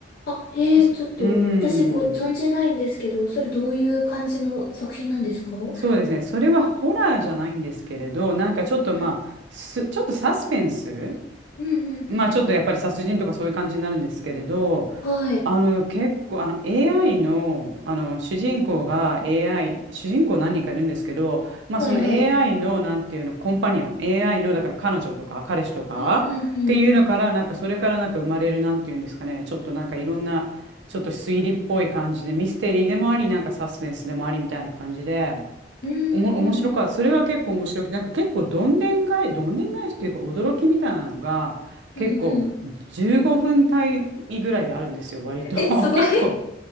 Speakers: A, on the left; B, on the right.
A: あ、へえ、
B: こそ、
A: ちょっと、
B: うー
A: 私ご存じないんですけど、
B: ん。
A: それどういう感じの作品なんですかは
B: そうですね。それはホラーじゃないんですけれど、なんかちょっとまあ、
A: い。
B: す、ちょっとサスペンス
A: うんうんうん。
B: まあちょっとやっぱり殺人とかそういう感じになるんですけれど、
A: はい。
B: あの結構あの AI の、あの主人公が AI、主人公何人かいるんですけど、まあその
A: はいはい。
B: AI のなんていうの、コンパニオン、AI のだから彼女とか彼氏とかっていうのから、
A: うんうんうん。
B: なんかそれからなんか生まれるなんていうんですかね、ちょっとなんかいろんな、ちょっと推理っぽい感じで、ミステリーでもあり、なんかサスペンスでもありみたいな感じで。
A: うんうん
B: おも、面白かった。それは結構面白くて、なんか結構どんでん返し、どんでん返しというか驚きみたいなのが結構15分単位ぐらいであるんですよ、
A: うんうん。
B: 割と。
A: え、
B: <laughs>
A: すごい。
B: 結構